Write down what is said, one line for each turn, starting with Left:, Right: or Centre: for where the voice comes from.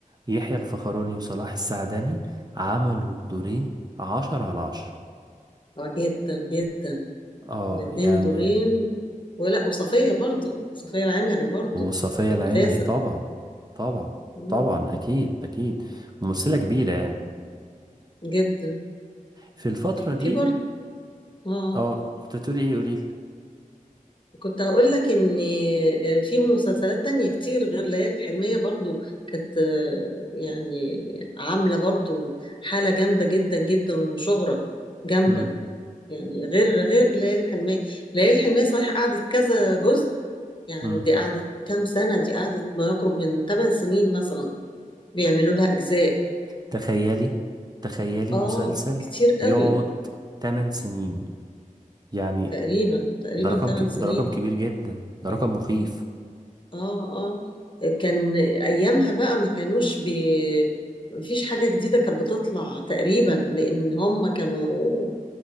Right: يحيى الفخراني وصلاح السعدني عملوا الدورين عشرة على عشرة
Left: اه جدا جدا
Right: اه
Left: الاتنين
Right: يعني
Left: دورين ولا وصفية برضو صفية العمري برضو
Right: وصفية
Left: ممتازة
Right: العمري طبعا طبعا
Left: مم،
Right: طبعا اكيد اكيد ممثلة كبيرة يعني
Left: جدا
Right: في الفترة دي
Left: في برضو اه
Right: اه كنت هتقولي ايه قوليلي
Left: كنت هقول لك ان آه، في مسلسلات تانية كتير غير ليالي الحلمية برضو كانت آه، يعني عاملة برضو حالة جامدة جدا جدا وشهرة جامدة
Right: امم
Left: يعني غير غير ليالي الحلمية ليالي الحلمية صحيح قعدت كذا جزء يعني
Right: امم
Left: دي قعدت كام سنة دي قعدت ما يقرب من 8 سنين مثلا بيعملوا لها أجزاء
Right: تخيلي تخيلي
Left: آه
Right: مسلسل
Left: كتير قوي
Right: يقعد 8 سنين يعني
Left: تقريبا تقريبا
Right: ده رقم
Left: 8
Right: ك...
Left: سنين
Right: ده رقم كبير جدا ده رقم مخيف
Left: آه آه كان أيامها بقى ما كانوش بي مفيش حاجة جديدة كانت بتطلع تقريبا لأن هم كانوا